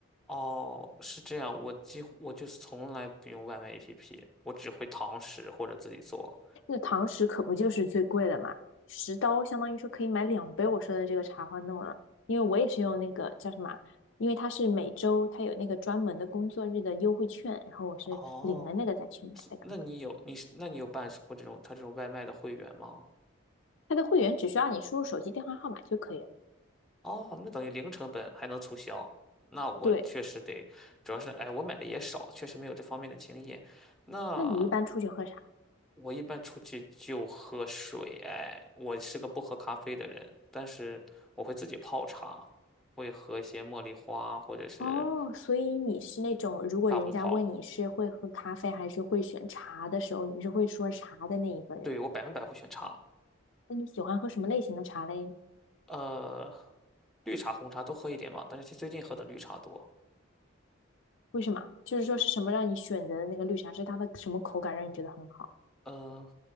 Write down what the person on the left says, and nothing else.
那堂食可不就是最贵的嘛，十刀相当于说可以买两杯我说的这个茶花弄了。因为我也是用那个叫什么，因为它是每周它有那个专门的工作日的优惠券，然后我是领了那个再去买的刚刚
它的会员只需要你输入手机电话号码就可以了。
对，
那你一般出去喝啥？
哦，所以你是那种，如果人家问你是会喝咖啡还是会选茶的时候，
你是会说茶的那一个人。
那你喜欢喝什么类型的茶嘞？
为什么？就是说是什么让你选择的那个绿茶，是它的什么口感让你觉得很好？